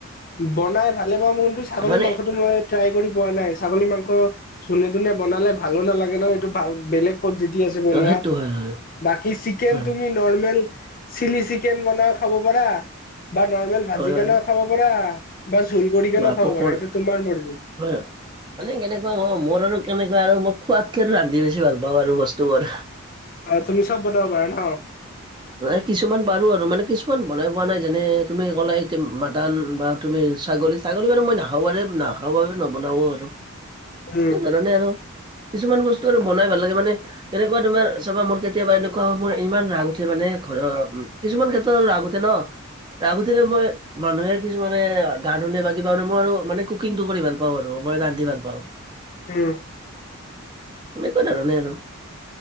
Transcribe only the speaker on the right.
মানে
অ সেইটো হয় হয়
হয়
হয় হয়
বা
পকৰ
হয় নাই মানে কেনেকোৱা মোৰ আৰু কেনেকোৱা আৰু মই খোৱাতকে আৰু ৰান্ধি বেছি ভাল পাও আৰু বস্তুবোৰ
মানে কিছুমান পাৰো আৰু মানে কিছুমান বনাই পোৱা নাই যেনে তুমি ক'লা এতিয়া মাটান বা তুমি ছাগলী ছাগলী বাৰু মই নাখাব নাখাও বাবে নবনাব বাৰু
সেকাৰণে আৰু কিছুমান বস্তু আৰু বনাই ভাল লাগে মানে কেনকোৱা তোমাৰ চাবা মোৰ কেতিয়াবা এনেকোৱা মোৰ ইমান ৰাগ উঠে মানে উ কিছুমান ক্ষেত্ৰত আৰু ৰাগ উঠে ন ৰাগ উঠোতে মই মানুহে কিছুমানে গান শুনে বা কিবা মই মানে কুকিঙটো কৰি ভাল পাও আৰু মই ৰান্ধি ভাল পাও
মানে একো ধৰা নাই আৰু